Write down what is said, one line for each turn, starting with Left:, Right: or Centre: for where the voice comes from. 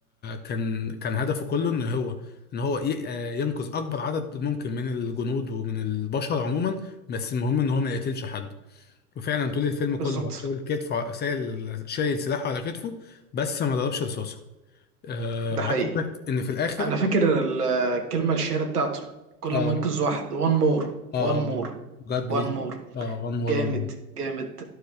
Left: كان كان هدفه كله ان هو ان هو ي- آه، ينقذ اكبر عدد ممكن من الجنود ومن البشر عموما بس المهم ان هو ما يقتلش حد وفعلا طول الفيلم كله
Right: بالظبط
Left: هو شايل كتفه شايل شايل سلاحه على كتفه بس ما ضربش رصاصه آه
Right: ده
Left: وعايز
Right: حقيقي
Left: اقول لك ان في الاخر
Right: انا فاكر ال- الكلمه الشهيره بتاعته كل
Left: اه
Right: ما انقذ واحد وان مور
Left: اه
Right: وان مور
Left: جاد بليز
Right: وان مور
Left: اه وان مور
Right: جامد
Left: وان
Right: جامد